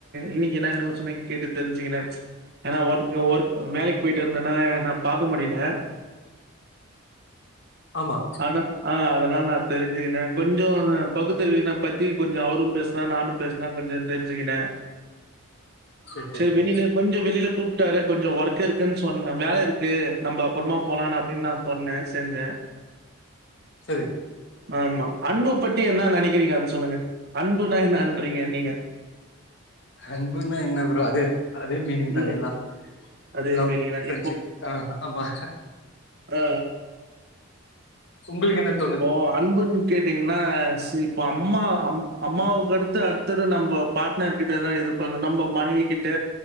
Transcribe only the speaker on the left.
ஆமா
சேரி சேரி
ப்ரோ
செரி
அன்புன்னா என்ன ப்ரோ அது அதே மீனிங் தா
எல்லா
லவ்
ஃப்ரெண்ட்ஷிப் ஆ ஆமா
உங்களுக்கென்னது